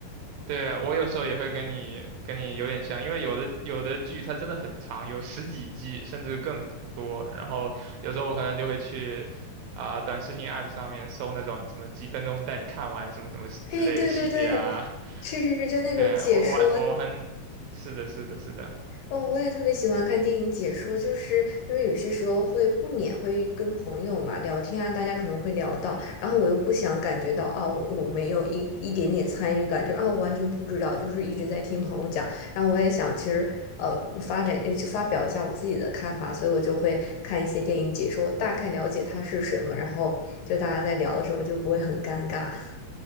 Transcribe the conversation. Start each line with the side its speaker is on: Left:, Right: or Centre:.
Right: 对，我有时候也会跟你跟你有点像，因为有的有的剧它真的很长，有十几季甚至更多。然后有时候我可能就会去啊、短视频 app 上面搜那种什么几分钟带你看完什么什么之类的系列啊。
Left: <laughs> 哎，对对对，是是是，就那种解说
Right: 对，我我我很，是的，是的，是的，
Left: 哦，我也特别喜欢看电影解说，就是因为有些时候会不免会跟朋友嘛聊天啊，大家可能会聊到，然后我又不想感觉到啊，我我没有一一点点参与感，就是啊，我完全不知道，就是一直在听朋友讲，然后我也想其实呃发展呃去发表一下我自己的看法，所以我就会看一些电影解说，我大概了解它是什么，然后就大家在聊的时候就不会很尴尬。